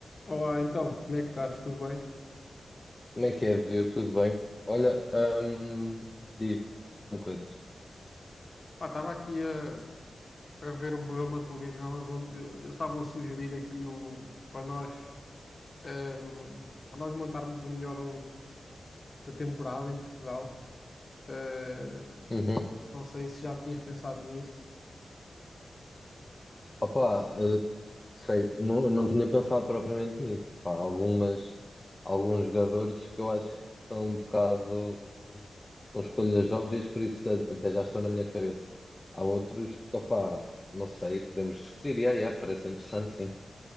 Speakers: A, on the left (about 35°); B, on the left (about 15°).
A: Olá, então, como é que estás? Tudo bem?
B: Como é que é, viu? Tudo bem? Olha, hum, diz coisas.
A: Pá, estava aqui a, a ver um programa de televisão onde eu- eles estavam a sugerir aqui o, para nós, ehm, para nós montarmos o melhor 11 da temporada em Portugal. Eh,
B: Uhum.
A: não sei se já tinhas pensado nisso.
B: Opa, eh, sei, não, não tinha pensado propriamente nisso. Pá, algumas, alguns jogadores que eu acho que são um bocado são escolhas óbvias, por isso a- até já estão na minha cabeça. Há outros que, opá, não sei, podemos discutir. E aí, é, parece interessante, sim.